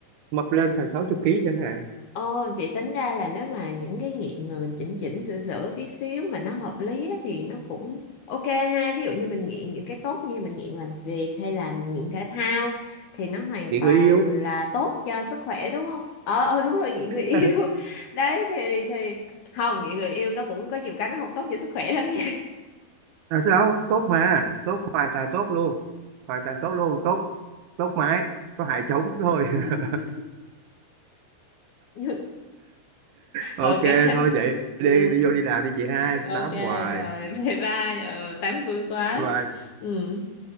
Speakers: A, on the right; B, on the left.
A: mập lên thành 60 ký chẳng hạn
B: Ồ, chị tính ra là nếu mà những cái nghiện mà mình chỉnh chỉnh sửa sửa tí xíu mà nó hợp lý á, thì nó cũng ok ha. Ví dụ như mình nghiện những cái tốt như mình nghiện làm việc hay là mình nghiện thể thao thì nó hoàn
A: nghiện
B: toàn
A: người yêu
B: là tốt cho sức khỏe đúng không? Ờ, ờ đúng rồi nghiện người yêu.
A: <laughs> à,
B: <laughs> Đấy thì thì không nghiện người yêu nó cũng có nhiều cái nó không tốt cho sức khỏe lắm nha.
A: đâu tốt mà tốt hoàn toàn tốt luôn hoàn toàn tốt luôn tốt tốt mãi có hại trống thôi
B: <laughs>
A: <laughs>
B: Ờ,
A: ok
B: <laughs> ok.
A: thôi vậy đi
B: Ừ.
A: đi vô đi làm đi chị hai
B: ok
A: tám hoài
B: rồi <laughs> bye bye ừ tám vui quá
A: Bye bye.
B: ừ